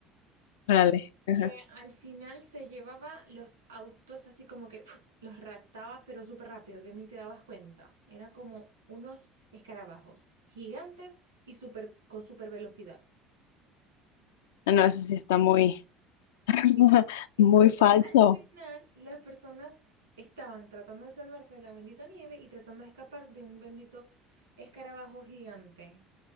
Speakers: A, on the left (about 70°); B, on the right (about 85°).
A: órale. Ajá.
B: que al final se llevaba los autos así como que ¡fuf! los raptaba, pero súper rápido, que ni te dabas cuenta. Eran como unos escarabajos gigantes y súper, con súper velocidad.
A: Ah, No, eso sí está muy, <laughs>
B: Sí. Entonces,
A: muy falso.
B: al final, las personas estaban tratando de salvarse de la bendita nieve y tratando de escapar de un bendito escarabajo gigante.